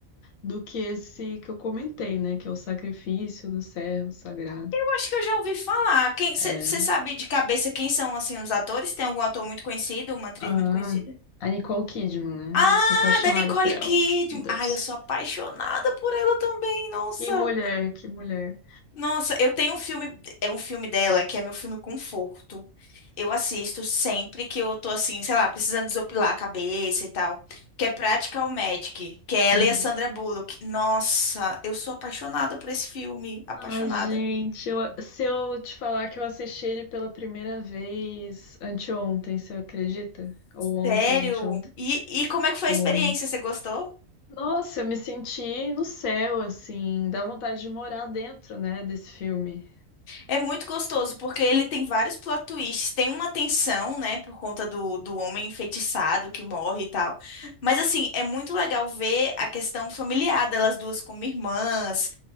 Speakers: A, on the left; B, on the left.
A: do que esse que eu comentei, né? Que é o sacrifício do servo sagrado.
B: Eu acho que eu já ouvi falar. Quem você
A: É.
B: sabe de cabeça quem são assim os atores? Tem algum ator muito conhecido, uma atriz
A: Ah,
B: muito conhecida?
A: a Nicole Kidman,
B: Ah,
A: né? Ai, sou apaixonada
B: da Nicole
A: por ela.
B: Kidman.
A: Meu Deus.
B: Ai, eu sou apaixonada por ela também. Nossa.
A: Que mulher, que mulher.
B: Nossa, eu tenho um filme, é um filme dela que é meu filme conforto. Eu assisto sempre que eu tô assim, sei lá, precisando desopilar a cabeça e tal, que é Practical Magic, que é
A: Hum.
B: ela e a Sandra Bullock. Nossa, eu sou apaixonada por esse filme, apaixonada.
A: Ai, gente, eu- se eu te falar que eu assisti ele pela primeira vez anteontem, você acredita? Ou ontem,
B: Sério?
A: anteontem.
B: E, e como é que foi
A: Foi.
B: a experiência? Você gostou?
A: Nossa, eu me senti no céu, assim. Dá vontade de morar dentro, né, desse filme.
B: É muito gostoso, porque ele tem vários plot twists. Tem uma tensão, né, por conta do, do homem enfeitiçado que morre e tal. Mas, assim, é muito legal ver a questão familiar delas duas como irmãs,